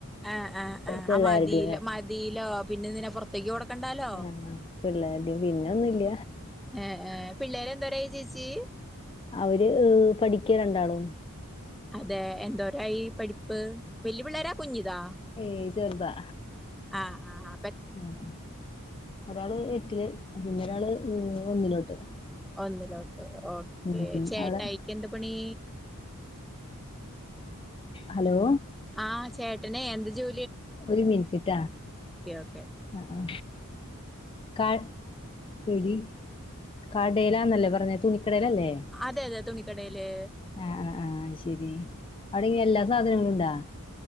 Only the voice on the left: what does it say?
പിള്ളേരുടേം
ആഹ് പിള്ളേരുടേം പിന്നൊന്നില്ല
അവര് ഏഹ് പഠിക്ക രണ്ടാളും
ഏയ് ചെറുതാ
ആഹ് ഒരാള് എട്ടില് പിന്നൊരാള് ഏഹ് ഒന്നിലോട്ട്.
ഉം
അവിടെ
ഹലോ
ഒരു മിൻറ്റിട്ടാ
ആഹ് ക്ക എടി കടയിലാന്നല്ലേ പറഞ്ഞെ തുണിക്കടയിലല്ലേ
ആഹ് ആഹ് ആഹ് അയ്ശരി അവിടെങ്ങനെ എല്ലാ സാധനങ്ങളുണ്ടാ